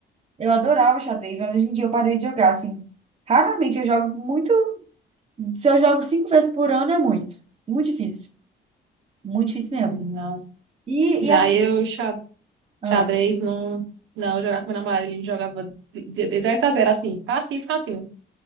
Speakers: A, on the right (about 30°); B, on the right (about 80°).
A: Eu adorava xadrez, mas hoje em dia eu parei de jogar, assim. Raramente eu jogo muito. Se eu jogo cinco vezes por ano, é muito. Muito difícil. Muito difícil mesmo.
B: Hum, Nossa.
A: E,
B: Já
A: e
B: eu, xa-
A: Ah,
B: Xadrez, não. Não, eu jogava com meu namorado, ele me jogava de, de de 10 a 0, assim, facinho, facinho.